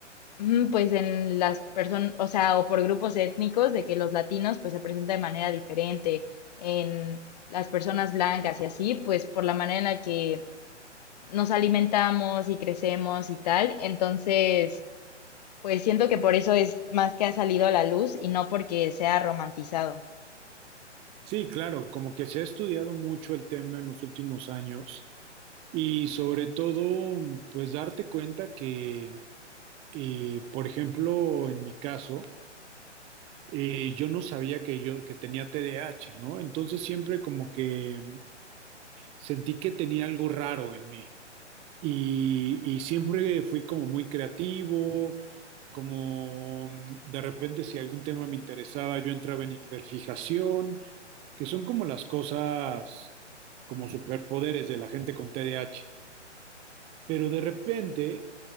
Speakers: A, on the left; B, on the right.
A: mm, pues en las personas, o sea, o por grupos étnicos de que los latinos pues se presenta de manera diferente. En las personas blancas y así, pues por la manera en la que nos alimentamos y crecemos y tal. Entonces, pues siento que por eso es más que ha salido a la luz y no porque sea romantizado.
B: Sí, claro, como que se ha estudiado mucho el tema en los últimos años y sobre todo, pues darte cuenta que, eh, por ejemplo, en mi caso, y yo no sabía que yo que tenía T D A H ¿no? Entonces siempre como que sentí que tenía algo raro en mí y, y siempre fui como muy creativo, como mm, de repente si algún tema me interesaba yo entraba en hiperfijación, que son como las cosas como superpoderes de la gente con T D A H pero de repente